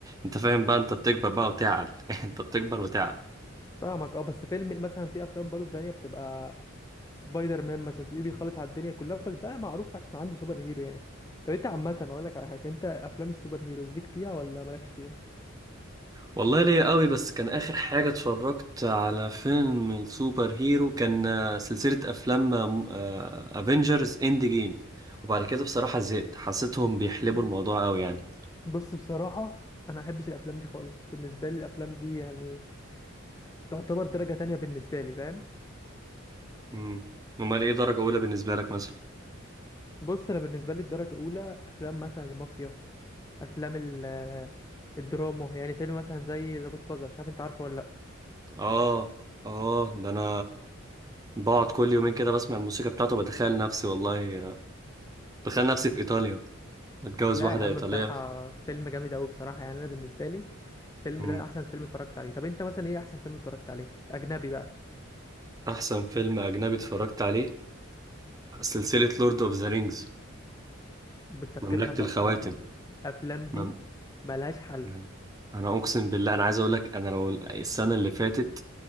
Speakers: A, on the right (about 20°); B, on the left (about 15°).
A: انت فاهم بقى انت بتكبر بقى وتعقل <laughs> انت بتكبر وتعقل
B: فاهمك اه بس فيلم مثلا في افلام برضه تانية بتبقى سبايدر مان مثلا تلاقيه بيخلص على الدنيا كلها بس ده معروف عشان عنده سوبر هيرو يعني طب انت عامة اقول لك على حاجة انت افلام السوبر هيروز ليك فيها ولا مالكش فيها
A: والله ليا قوي بس كان آخر حاجة اتفرجت على فيلم السوبر هيرو كان آه، سلسلة أفلام افنجرز اند جيم وبعد كده بصراحة زهقت حسيتهم بيحلبوا
B: مم.
A: الموضوع قوي يعني
B: بص بصراحة انا ما احبش الافلام دي خالص بالنسبة لي الافلام دي يعني تعتبر درجة تانية بالنسبة لي فاهم
A: امم امال ايه درجة أولى بالنسبة لك مثلا
B: بص انا بالنسبة لي الدرجة الاولى افلام مثلا المافيا افلام ال الدراما يعني فيلم مثلا زي ذا جود فازر مش عارف انت عارفه ولا لا
A: اه اه ده أنا بقعد كل يومين كده بسمع الموسيقى بتاعته بتخيل نفسي والله آه، بتخيل نفسي في إيطاليا بتجوز
B: لا
A: واحدة
B: يا عم
A: إيطالية
B: بصراحه فيلم جامد قوي بصراحه يعني انا بالنسبه لي الفيلم
A: امم
B: ده احسن فيلم اتفرجت عليه طب انت مثلا ايه احسن فيلم اتفرجت عليه اجنبي بقى
A: أحسن فيلم أجنبي اتفرجت عليه سلسلة لورد أوف ذا رينجز
B: انت بتفهم
A: مملكة
B: بقى
A: الخواتم
B: بصراحه الافلام دي
A: مم-
B: ملهاش حل
A: تمام. انا اقسم بالله انا عايز اقول لك انا لو السنه اللي فاتت